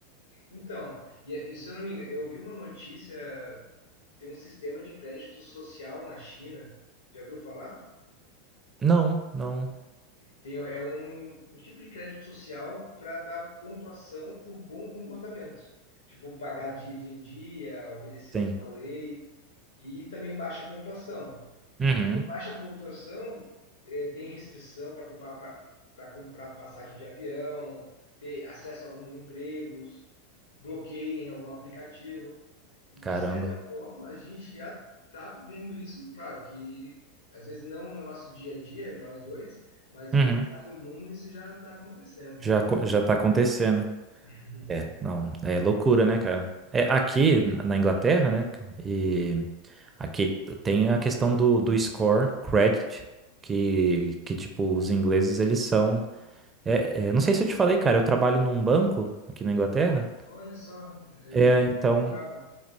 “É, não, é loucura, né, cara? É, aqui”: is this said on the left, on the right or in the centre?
Right